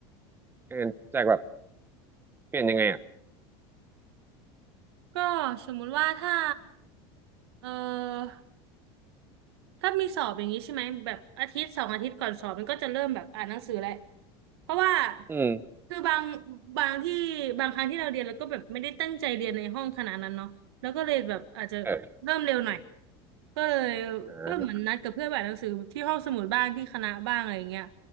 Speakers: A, on the right; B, on the right.
A: เออจากแบบเปลี่ยนยังไงอ่ะ
B: ก็สมมุติว่าถ้าเออ ถ้ามีสอบอย่างนี้ใช่ไหมแบบอาทิตย์สองอาทิตย์ก่อนสอบมันก็จะเริ่มแบบอ่านหนังสือแหละเพราะว่า
A: อืม
B: คือบางบางที่บางครั้งที่เราเรียนแล้วก็แบบไม่ได้ตั้งใจเรียนในห้องขนาดนั้นเนาะแล้วก็เลยแบบอาจจะเริ่มเร็วหน่อย
A: เออ
B: ก็เลย
A: อ่า
B: ก็เหมือนนัดกับเพื่อนไปอ่านหนังสือที่ห้องสมุดบ้างที่คณะบ้างอะไรอย่างเงี้ย